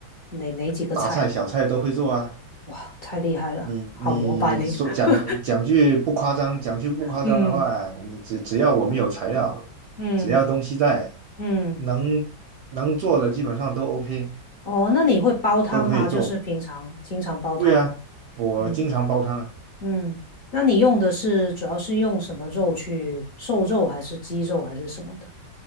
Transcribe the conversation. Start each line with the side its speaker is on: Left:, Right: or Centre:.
Left: 哪哪几个菜啊
Right: 大菜小菜都会做啊，
Left: 哇，太厉害了，
Right: 你你说讲讲句不夸张，
Left: 好膜拜你。<laughs>
Right: 讲句不夸张的话，
Left: 嗯
Right: 你只只要我们有材料，
Left: 嗯
Right: 只要东西在，
Left: 嗯，
Right: 能能做的基本上都 OK，
Left: 哦，那你会煲汤吗？
Right: 都可以做，
Left: 就是平常经常煲汤吗？
Right: 对啊，我经常煲汤啊。
Left: 嗯嗯，那你用的是主要是用什么肉去？瘦肉还是鸡肉还是什么的？